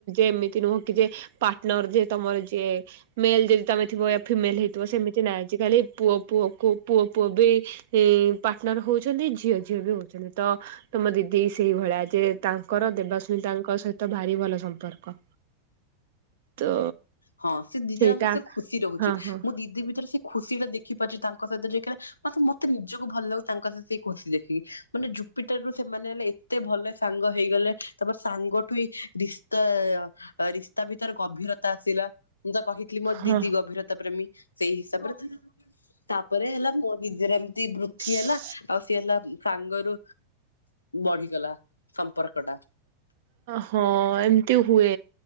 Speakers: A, on the right; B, on the left.
A: ଏମିତି ନୁହ କି ଯେ ପାର୍ଟନର ଯିଏ ତମର ଯିଏ ମେଲ ଯଦି ତମେ ଥିବ ଫିମେଲ ହେଇଥିବ। ସେମିତି ନାହିଁ ଆଜିକାଲି ପୁଅ ପୁଅକୁ ପୁଅ ପୁଅ ବି ପାର୍ଟନର ହଉଛନ୍ତି ଝିଅ ଝିଅ ବି ହଉଛନ୍ତି, ତ ତମ ଦିଦି ସେଇଭଳିଆ ଯେ ତାଙ୍କର ଦେବାସ୍ମିତାଙ୍କ ସହିତ ଭାରି ଭଲ ସମ୍ପର୍କ ତ
B: ହଁ ସେ ଦିଦେ
A: ସେଇଟା
B: ତାଙ୍କ ସହ ଖୁସି ରହୁଛି,
A: ହଁ ହଁ
B: ମୁଁ ଦିଦି ଭିତରେ ସେ ଖୁସି ଟା ଦେଖିପାରୁଛି ତାଙ୍କ ସହିତ ଯ <unintelligible> ଖ ନମେ ମତେ ନିଜକୁ ଭଲ ଲାଗୁ ତାଙ୍କ ସହିତ ସେଇ ଖୁସି ଦେଖିକି ମାନେ ଯେଉ ପିଟର ରୁ ସେମାନେ ହେଲେ ଏତେ ଭଲ ସାଙ୍ଗ। ହେଇଗଲେ, ତମର ସାଙ୍ଗଠୁ ହ ରିସ୍ତା ରିସ୍ତା ଭିତରେ ଗଭୀରତା। ଆସିଲା ମୁଁ ତା କହିଥିଲି, ମୋ
A: ହଁ
B: ଦିଦି ଗଭୀରତା ପ୍ରେମୀ। ସେଇ ହିସାବରେ, ତାପରେ ହେଲା ମୋ ନିଜର ଏମତି ବୃଦ୍ତି
A: ହଁ।
B: ହେଲା ଆଉ ସିଏ ହେଲା। ସାଙ୍ଗରୁ ବଢିଗଲା। ସମ୍ପର୍କ ଟା।
A: ହଁ ଏମତି ହୁଏ